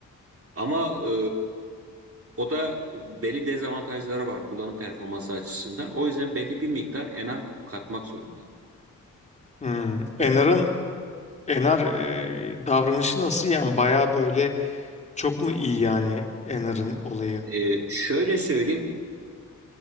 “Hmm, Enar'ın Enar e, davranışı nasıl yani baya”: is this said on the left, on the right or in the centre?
Left